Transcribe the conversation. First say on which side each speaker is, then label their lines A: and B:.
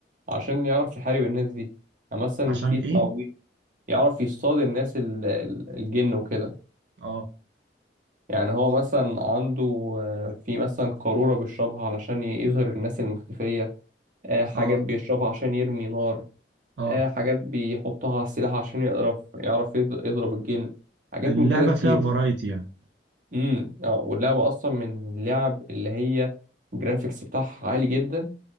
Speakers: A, on the right; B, on the right.
A: عشان يعرف يحارب الناس دي يعني مثلا
B: عشان
A: في
B: ايه
A: تعويذ يعرف يصطاد الناس ال- ال- الجن وكده
B: اه
A: يعني هو مثلا عنده آه، في مثلا قارورة بيشربها علشان يظهر الناس المختفية آه، حاجات
B: اه
A: بيشربها عشان يرمي نار
B: اه
A: آه، حاجات بيحطها على السلاح عشان يعرف يعرف يض- يضرب الجن حاجات
B: اللعبة
A: من كده كتير
B: فيها فرايتي يعني
A: امم اه واللعبه اصلا من اللعب اللي هي الجرافيكس بتاعها عالي جدا